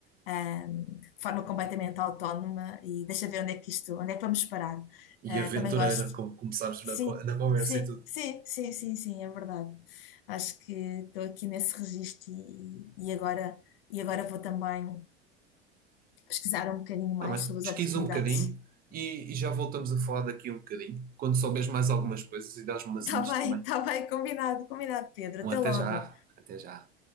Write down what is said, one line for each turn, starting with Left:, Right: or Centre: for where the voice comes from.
Left: ah, de forma completamente autónoma e deixa ver onde é que isto, onde é que vamos parar.
Right: e
Left: Ah,
Right: aventureira,
Left: também gosto.
Right: como começámos
Left: Sim,
Right: na, co- na conversa
Left: sim,
Right: e tudo.
Left: sim, sim, sim, sim, é verdade. Acho que estou aqui nesse registro e, e agora, e agora vou também pesquisar um bocadinho mais
Right: Tá bem,
Left: sobre
Right: pesquisa
Left: as oportunidades.
Right: um bocadinho
Left: <laughs>
Right: e, e já voltamos a falar daqui um bocadinho. Quando souberes mais algumas coisas e dás-me umas
Left: Está
Right: hints
Left: bem,
Right: também.
Left: está bem, combinado, combinado, Pedro.
Right: Um
Left: Até
Right: até
Left: logo.
Right: já, até já.